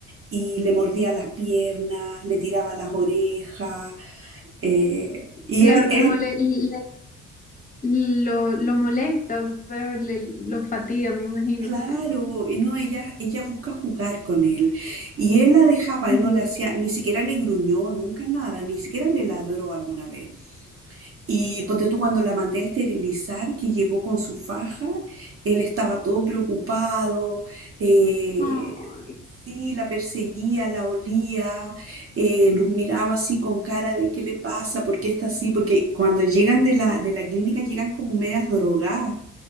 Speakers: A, on the right; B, on the left.
A: y le mordía las piernas, le tiraba las orejas. eh, y
B: Claro,
A: él, él,
B: como le, le- lo, lo molesta, o sea, le- lo fatiga, me imagino.
A: claro, y no, ella, ella busca jugar con él. Y él la dejaba,
B: Ujú.
A: él no le hacía, ni siquiera le gruñó, nunca nada, ni siquiera le ladró alguna vez. Y ponte tú cuando la mandé a esterilizar, que llegó con su faja, él estaba todo preocupado, eh,
B: Ay,
A: sí, la perseguía, la olía, eh, nos miraba así con cara de qué le pasa, por qué está así, porque cuando llegan de la, de la clínica llegan como medias drogadas